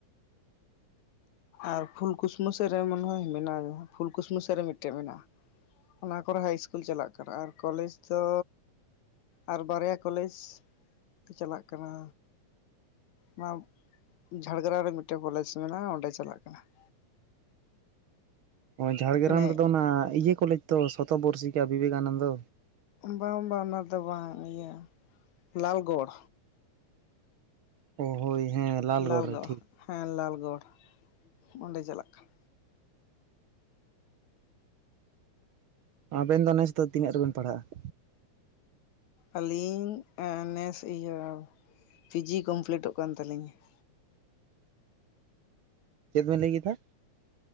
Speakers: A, on the left; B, on the right.
A: ᱟᱨ ᱯᱷᱩᱞᱠᱩᱥᱢᱟᱹ ᱥ ᱨᱮ ᱢᱚᱱᱮ ᱢᱮᱱᱟᱜᱼᱟ ᱯᱷᱩᱞᱠᱩᱥᱢᱟᱹ ᱥᱮᱫ ᱨᱮ ᱢᱤᱫᱴᱮᱱ ᱢᱮᱱᱟᱜᱼᱟ ᱾ ᱚᱱᱟ ᱠᱚᱨᱮ ᱦᱟᱭ ᱤᱥᱠᱩᱞ ᱪᱟᱞᱟᱜ ᱠᱟᱱᱟ ᱟᱨ ᱠᱚᱞᱮᱡᱽ ᱫᱚ ᱟᱨ ᱵᱟᱨᱭᱟ ᱠᱚᱞᱮᱡᱽ ᱪᱟᱞᱟᱜ ᱠᱟᱱᱟ ᱚᱱᱟ ᱡᱷᱟᱲᱜᱨᱟᱢ ᱨᱮ ᱢᱤᱫᱴᱮᱱ ᱠᱚᱞᱮᱡᱽ ᱢᱮᱱᱟᱜᱼᱟ ᱚᱸᱰᱮ ᱪᱟᱞᱟᱜ ᱠᱟᱱᱟ ᱾
B: ᱚ ᱡᱷᱟᱲᱜᱨᱟᱢ
A: ᱢᱟᱱᱮ
B: ᱨᱮᱫᱚ ᱚᱱᱟ ᱤᱭᱟᱹ ᱠᱚᱞᱮᱡᱽ ᱛᱚ ᱥᱚᱛᱚ ᱵᱚᱨᱥᱤᱠᱟ ᱵᱤᱵᱮᱠᱟᱱᱚᱱᱫᱚ
A: ᱵᱟᱝ ᱵᱟᱝ ᱚᱱᱟ ᱫᱚ ᱵᱟᱝ ᱤᱭᱟᱹ ᱞᱟᱞᱜᱚᱲ
B: ᱚ ᱦᱳᱭ ᱦᱮᱸ
A: ᱞᱟᱞᱜᱚᱲ
B: ᱨᱮ ᱴᱷᱤᱠ
A: ᱦᱮᱸ ᱞᱟᱞᱜᱚᱲ ᱚᱸᱰᱮ ᱪᱟᱞᱟᱜ ᱠᱟᱱᱟ ᱾
B: ᱟᱵᱮᱱ ᱫᱚ ᱱᱮᱥᱚᱜ ᱫᱚ ᱛᱤᱱᱟᱹᱜ ᱨᱮᱵᱮᱱ ᱯᱟᱲᱦᱟᱜᱼᱟ ᱾
A: ᱟᱹᱞᱤᱧ ᱱᱮᱥ ᱤᱭᱟᱹ ᱯᱤᱡᱤ ᱠᱚᱢᱯᱞᱤᱤᱴᱚᱜ ᱠᱟᱱ ᱛᱟᱹᱞᱤᱧᱟ ᱾
B: ᱪᱮᱫ ᱵᱮᱱ ᱞᱟᱹᱭ ᱠᱮᱫᱟ ᱾